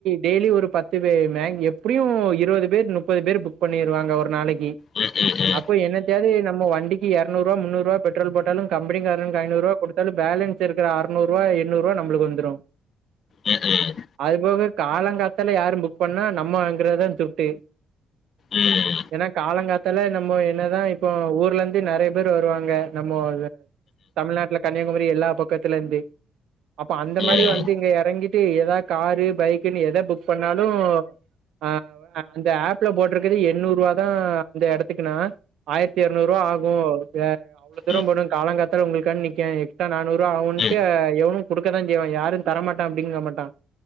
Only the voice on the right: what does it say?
டெய்லி ஒரு பத் து பே எப்டியு இருவது பேர் முப்பது பேர் புக் பண்ணிருவாங்க ஒரு நாளைக்கு
அப்போ என்ன தோவது நம்ம வண்டிக்கு இருநூறுர்வா முன்னூர்பா பெட்ரோல் போட்டு கம்பனிகார ஐநூறு ரூபா கொடுத்தால பேலன்ஸ் இருக்க அற்நூறு ரூபா எண்ணூறு நம்ளுக்கு வந்துடு
அது போக காலங்காத்தால யாரு புக் பண்ணா நம்ம வாங்கறதா சிவ்ட்டு
ஏனா காலங்காத் தால நம்ம என்னதா இப்போ ஊர்ல இருந்து நெறைய பேர் வருவாங்க நம்ம தமிழ்நாட்டுல கன்னியாகுமரி எல்லா பக்கத்துல இருந்து அப்ப அந்த
மாரி வந்து
இங்க இறங்கி ஏதாவது காரு பைக்ன்னு எத புக் பண்ணாலு ஆ அந்த ஆப்பல போட்டிருக்கது எண்ணூறு ரூவா தான் அந்த இடத்துக்குனா ஆயிரத்தி இரநூறு ரூவா ஆகு அவ்வள தூரபோனு
காலங்காத்தால உங்களுக்கானு நிக்கே நானூறு ரூபா ஆவுன்ட்டு
எவ்வளு குடுக்கதா செய்வா யாரு தரமாட்டே அப்டிங்க மாட்டா